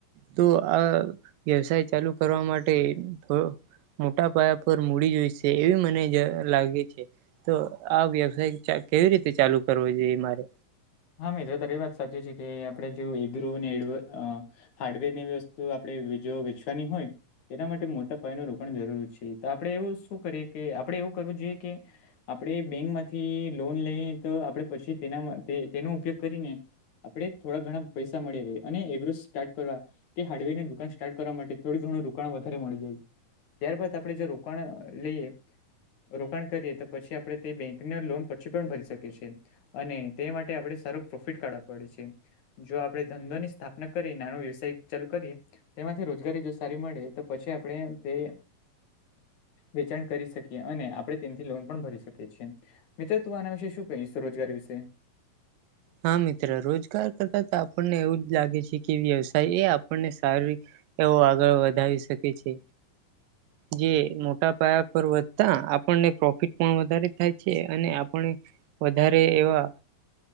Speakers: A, on the right (about 80°); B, on the left (about 60°).
A: તો આ વ્યવસાય ચાલુ કરવા માટે થ મોટા પાયા પર મૂડી જોઈશે છે એવી મને જ લાગે. છે તો આ વ્યવસાય કેવી રીતે ચાલુ કરવો જોઈએ મારે.
B: હા મિત્ર તારી વાત સાચી છે કે આપડે જો એગ્રો ને અ. હાર્ડવેર ને એવી વસ્તુ આપણે જો વેચવાની હોય. એના માટે મોટા પાયા નો રોકાણ જરૂરી છે તો આપડે એવું શું કરીએ કે આપડે એવું કરવું જોઈએ કે. આપણે બેંક માંથી લોન લઈ તો આપણેે પછી તેના તેનો ઉપયોગ કરીને. આપડે થોડા ઘણા પૈસા મળી રહે. અને એગ્રો સ્ટાર્ટ કરવા. તે હાર્ડવેર ની દુકાન સ્ટાર્ટ કરવા માટે થોડું ઘણું રોકાણ વધારે મળી જાય છે. ત્યારબાદ આપડે જો રોકાણ લઈએ. રોકાણ કરીએ તો પછી આપણે તે બેંકને લોન પછી પણ ભરી શકી છે અને. તે માટે આપણે સારું પ્રોફિટ કાઢવા પડે છે. જો આપણેે ધંધો ની સ્થાપના કરીએ નાનો વ્યવસાય ચાલુ કરીએ. તેમાંથી રોજગારી જો સારી મળે તો પછી આપણે તે. વેચાણ કરી શકીએ અને આપણે તેના થી લોન પણ ભરી શકીએ છીએ. મિત્ર તું આના વિશે શું કહીશ સ્વરોજગાર વિશે.
A: હા મિત્ર રોજગાર કરતા તો આપણને એવું જ લાગે છે કે વ્યવસાય એ આપણને સારી. એવું આગળ વધાવી શકે છે. જે મોટા પાયા પર વધતા આપણને પ્રોફિટ પણ વધારે થાય છે અને આપણે. વધારે એવા.